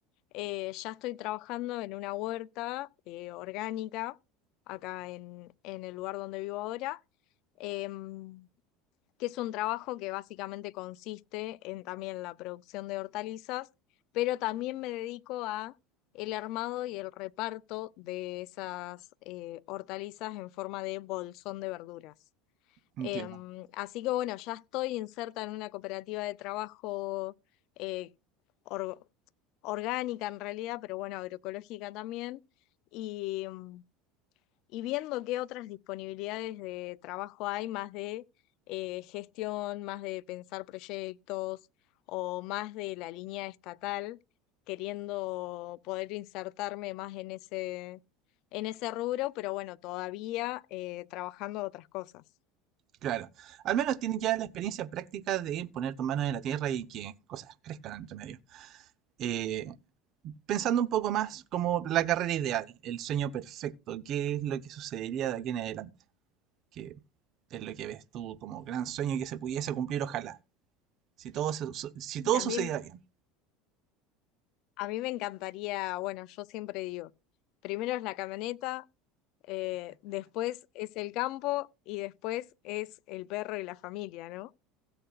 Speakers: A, on the left; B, on the right.
A: eh, ya estoy trabajando en una huerta eh, orgánica acá en, en el lugar donde vivo ahora. Em, que es un trabajo que básicamente consiste en también la producción de hortalizas, pero también me dedico a el armado y el reparto de esas eh, hortalizas en forma de bolsón de verduras.
B: Entiendo,
A: Em, así que bueno, ya estoy inserta en una cooperativa de trabajo eh, or- orgánica en realidad, pero bueno, agroecológica también. Y em, y viendo qué otras disponibilidades de trabajo hay, más de eh, gestión, más de pensar proyectos o más de la línea estatal, queriendo poder insertarme más en ese, en ese rubro, pero bueno, todavía eh, trabajando de otras cosas.
B: claro. Al menos tienes ya la experiencia práctica de poner tus manos en la tierra y que cosas crezcan entre medio. Eh, pensando un poco más como la carrera ideal, el sueño perfecto, qué es lo que sucedería de aquí en adelante, que es lo que ves tú como gran sueño que se pudiese cumplir, ojalá. Si todo, se- su- si
A: Y
B: todo
A: a
B: sucediera
A: mí,
B: bien.
A: a mí me encantaría, bueno, yo siempre digo, primero es la camioneta. eh, después es el campo y después es el perro y la familia, ¿no?